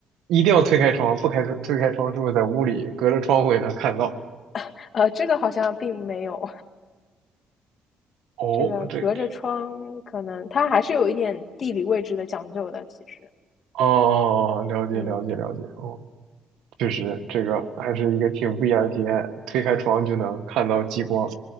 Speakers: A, on the right (about 85°); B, on the left (about 50°).
A: 一定要推开窗，不开推推开窗，是不是在屋里隔着窗户也能看到？
B: <laughs> 呃，这个好像并没有，
A: 哦，
B: <laughs> 这个隔着窗可能它还是有一点地理位置的讲究的，
A: 这
B: 其实，
A: 哦哦哦，了解了解了解，
B: 嗯，
A: 哦，确实这个还是一个挺不一样的体验。推开窗就能看到极光，